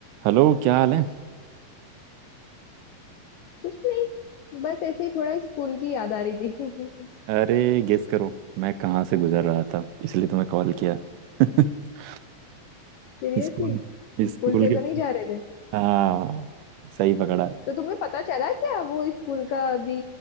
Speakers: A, on the right; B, on the left.
A: हेलो क्या हाल है
B: कुछ नहीं बस ऐसे ही थोड़ा स्कूल की याद आ रही थी <laughs>
A: अरे गेस करो मैं कहाँ से गुजर रहा था इसलिए तुम्हें कॉल किया <laughs>
B: सीरियसली
A: स्कूल स्कूल
B: स्कूल से
A: के
B: तो नहीं जा रहे थे
A: हाँ सही पकड़ा
B: तो तुम्हें पता चला क्या वो स्कूल का अभी